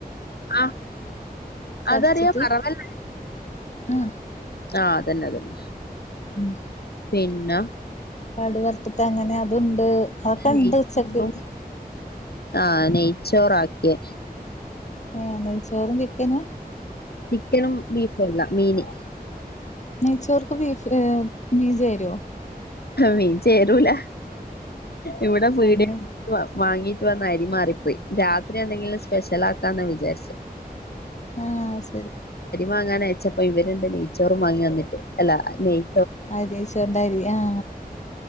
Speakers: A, on the left; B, on the left.
A: ആ
B: ചതച്ചിട്ട്
A: അതറിയാം അറവെൽ
B: ആഹ്
A: ആഹ് അതന്നെ അതന്നെ
B: ഉം
A: പിന്ന
B: കടു വറുത്തിട്ട് അങ്ങനെ അതുണ്ട് അതൊക്കെ
A: നെയ്ച്ചോറും
B: ഇണ്ട് ഉച്ചക്ക്
A: ആഹ് നെയ്ച്ചോറ ആക്കിയ
B: ഏ നെയ്യ് ചോറും ചിക്കനുആ
A: ചിക്കനും ബീഫ് അല്ല മീന്
B: നെയ്ച്ചോർക്ക് ബീഫ് മീ ചേരോ
A: മീൻ ചേരൂല ഇവിടെ പീടെ
B: അങ്ങനെ
A: വാ വാങ്ങി വന്ന അരി മാറിപ്പോയി രാത്രി എന്തെങ്കിലും സ്പെഷ്യൽ ആക്കാന്നാ വിചാരിച്ച
B: ആഹ് ശരി
A: വാങ്ങാൻ അയച്ചപ്പോ ഇവരുണ്ട് നെയ് ചോറും വാങ്ങി വന്നിട്ട് അല്ല നെയ്യ്
B: അ നെയ്ച്ചോറിന്റെ അരി ആആ